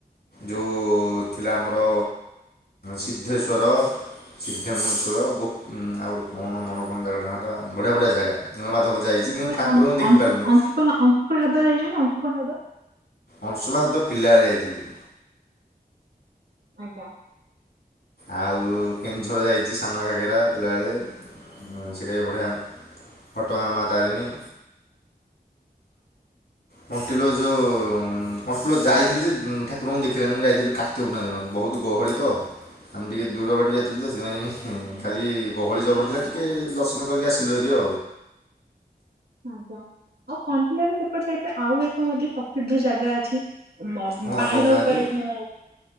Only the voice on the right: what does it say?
ଆପଣ
ଅନ୍
ଅଂଶୁ ଅଂଶୁପା ଅଂଶୁପା ହ୍ରଦ ଯାଇଛନ୍ତି ଅଂଶୁପା ହ୍ରଦ?
ଆଜ୍ଞା।
ଆଜ୍ଞା ଆଉ କଣ୍ଟିଲର ସେପଟେ ସାଇଟରେ ଆଉ ଏକ ମଧ୍ୟ ପ୍ରସିଦ୍ଧ ଜାଗା ଅଛି। ମଁ
ପାହାଡ
ଉପରେ କଣ?